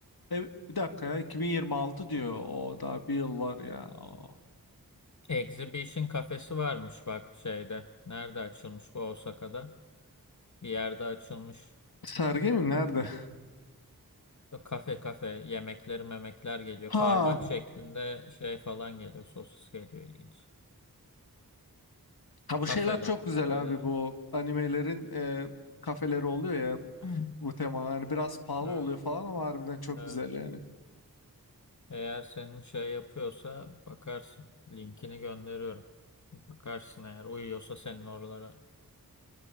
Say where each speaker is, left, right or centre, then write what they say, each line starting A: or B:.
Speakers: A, on the left; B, on the left.
A: e, bir dakika ya 2026 diyor. O daha bir yıl var ya. Oo.
B: Exhibition kafesi varmış bak şeyde. Nerede açılmış bu Osaka'da? Bir yerde açılmış.
A: Sergi mi? Nerede?
B: Yok, Kafe kafe yemekleri memekler geliyor.
A: Ha.
B: Parmak şeklinde şey falan geliyor. Sosis geliyor ilginç.
A: Ha bu
B: Kafe
A: şeyler
B: Lab.
A: çok güzel
B: Nerede?
A: abi bu animelerin eee, kafeleri oluyor ya
B: Evet,
A: bu tema. Yani biraz pahalı
B: evet.
A: oluyor falan ama harbiden çok
B: evet.
A: güzel yani.
B: Eğer senin şey yapıyorsa bakarsın. Linkini gönderiyorum. Bakarsın eğer uyuyorsa senin oralara.